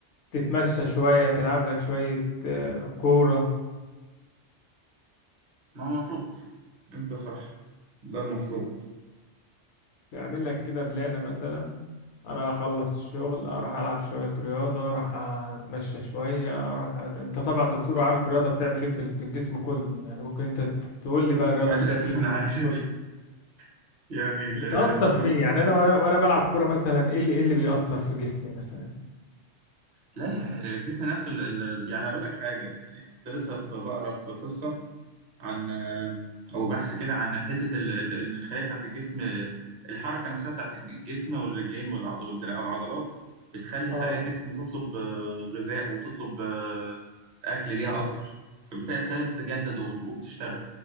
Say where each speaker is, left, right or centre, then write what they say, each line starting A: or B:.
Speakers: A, on the left; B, on the right.
A: تتمشى شوية تلعب لك شوية آه، كورة
B: ما هو المفروض انت صح ده المفروض
A: تعمل لك كده بلانة مثلا انا اخلص الشغل اروح العب شوية رياضة اروح اتمشى شوية اروح انت طبعا دكتور عارف الرياضة بتعمل ايه في ال- في الجسم كله يعني ممكن انت ت- تقول لي بقى الرياضة
B: مع الاسف
A: بتعمل ايه في
B: انا
A: الجسم
B: عارف
A: كله
B: <laughs> يعني ال-
A: بتأثر
B: المفروض
A: فين يعني انا وانا وانا بلعب كورة مثلا ايه اللي ايه اللي بيأثر في جسمي مثلا
B: لا يا ح- الجسم نفسه ال- ال- يعني اقول لك حاجه يعني كنت لسه في بقرا في قصه عن او بحث كده عن حته ال- ال- الخلايا بتاعت الجسم الحركه نفسها بتاعت الجسم والرجلين والعض- والدراع- والعضلات بتخلي
A: اه
B: خلايا الجسم تطلب آه، غذاء وتطلب آه، اكل ليها اكتر فبتلاقي الخلايا بتتجدد وبت- وبتشتغل